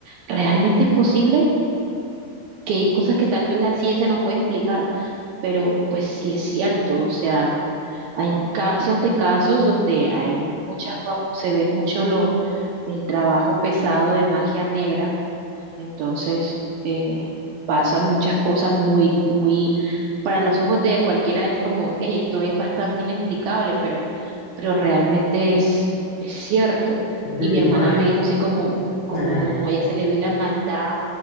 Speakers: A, on the right (about 75°); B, on the left (about 85°).
A: ¿realmente es posible? que hay cosas que tal vez la ciencia no puede explicar, pero pues sí es cierto, o sea. Hay casos de casos donde hay muchas, va- se ve mucho lo, el trabajo pesado de magia negra, entonces eh, pasan muchas cosas muy, muy, para los ojos de cualquiera es como, hey, esto es bastante inexplicable, pero, pero realmente es, es cierto.
B: Yo te
A: Y
B: digo
A: mi hermana
B: algo,
A: me dijo así como, como
B: dale, dale,
A: no, a ella se le ve la maldad